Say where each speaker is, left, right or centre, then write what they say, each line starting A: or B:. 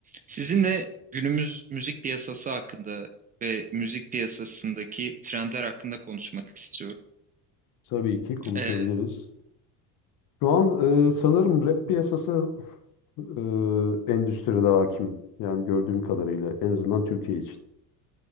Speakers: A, on the right; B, on the left.
A: Sizinle günümüz müzik piyasası hakkında ve müzik piyasasındaki trendler hakkında konuşmak istiyorum.
B: Tabii ki konuşabiliriz.
A: Ee,
B: Şu an e, sanırım rap piyasası e, endüstride hakim. Yani gördüğüm kadarıyla en azından Türkiye için.